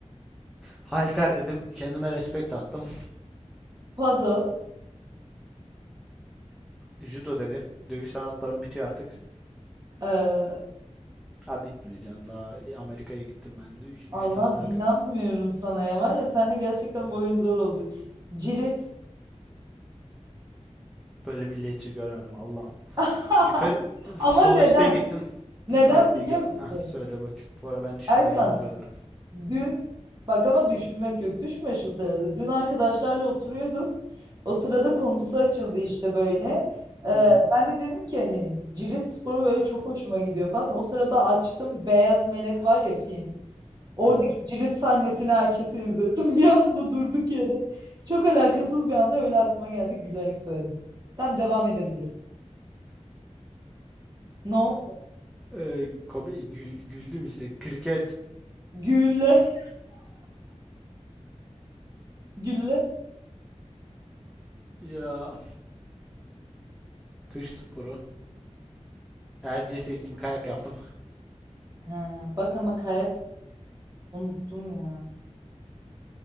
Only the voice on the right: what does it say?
paddle.
Ee,
Allah'ım
inanmıyorum
sana ya. Var ya seninle gerçekten bu oyun zor oldu. Cirit.
<laughs>
Ama neden?
Neden
biliyor
musun?
Erkan
dün bak ama düşünmek yok. Düşünme şu sırada. Dün arkadaşlarla oturuyorduk. O sırada konusu açıldı işte böyle. Ee,
ben de dedim ki hani cirit sporu böyle çok hoşuma gidiyor falan. O sırada açtım Beyaz Melek var ya film. Oradaki
cirit sahnesini herkese izlettim. <laughs> Bir anda durduk yere. Çok alakasız bir anda öyle aklıma geldi. Gülerek söyledim. Tamam devam edebiliriz. No.
Gülle. <laughs> Gülle.
Ha, bak ama kayak unuttum ya.